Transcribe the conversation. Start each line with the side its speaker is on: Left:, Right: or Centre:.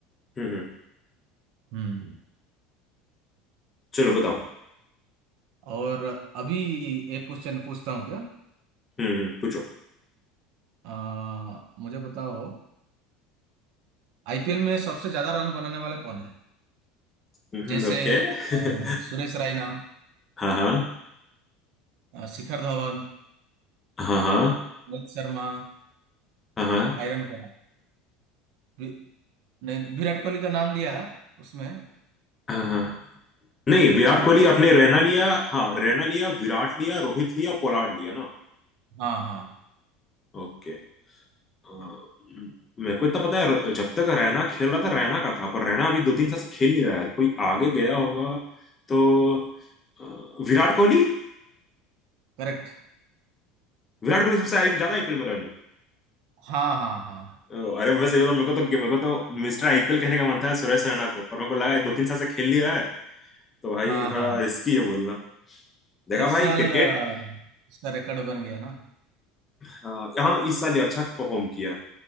Left: हम्म हम्म
Right: हम्म
Left: चलो बताओ
Right: और अभी एक क्वेश्चन पूछता हूँ क्या
Left: हम्म हम्म पूछो
Right: आ, मुझे बताओ आईपीएल में सबसे ज्यादा रन बनाने वाले कौन है
Left: हम्म
Right: जैसे
Left: ओके <laughs>
Right: अ, सुरेश रायना
Left: हाँ हाँ
Right: अ, शिखर धवन
Left: हाँ हाँ
Right: रोहित शर्मा
Left: हाँ हाँ
Right: कायरन पोला वि- नहीं विराट कोहली का नाम लिया उसमें
Left: हाँ हाँ नहीं विराट कोहली अपने रैना लिया हाँ रैना लिया विराट लिया रोहित लिया पोलार्ड लिया ना
Right: हाँ हाँ
Left: ओके अ, मेरे को इतना पता है र- जब तक रैना खेल रहा था रैना का था पर रैना अभी दो तीन साल से खेल नहीं रहा है कोई आगे गया होगा तो अ, विराट कोहली
Right: करेक्ट
Left: विराट कोहली सबसे आई ज्यादा आईपीएल में रन
Right: हाँ हाँ हाँ
Left: अरे मैं सही बताऊं मेरे को तो मेरे को तो मिस्टर आईपीएल कहने का मन था सुरेश रैना को पर मेरे को लगा है दो तीन साल से खेल नहीं रहा है तो भाई
Right: हाँ
Left: थोड़ा
Right: हाँ
Left: रिस्की है बोलना देखा
Right: इस
Left: भाई
Right: साल
Left: क्रिकेट
Right: अ, उसका रिकॉर्ड बन गया ना
Left: अ, यहाँ इस साल ये अच्छा परफॉर्म किया